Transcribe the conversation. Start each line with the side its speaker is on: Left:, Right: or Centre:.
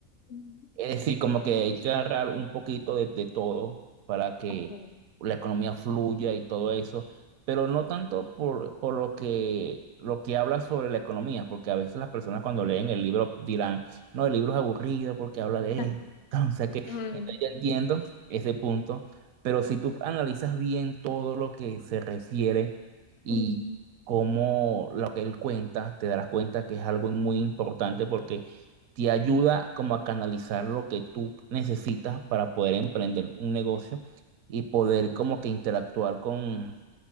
Left: ujú.
Right: es decir, como que hay que agarrar un poquito de, de todo para que
Left: Okay.
Right: la economía fluya y todo eso, pero no tanto por, por lo que, lo que habla sobre la economía, porque a veces las personas cuando leen el libro dirán, no, el libro es aburrido porque habla de
Left: <laughs> Ajá.
Right: esto. <laughs> Entonces, que
Left: Mm,
Right: entonces yo entiendo ese punto, pero si tú analizas bien todo lo que se refiere y
Left: mm,
Right: cómo lo que él cuenta, te darás cuenta que es algo muy importante porque te ayuda como a canalizar lo que tú necesitas para poder emprender un negocio y poder como que interactuar con,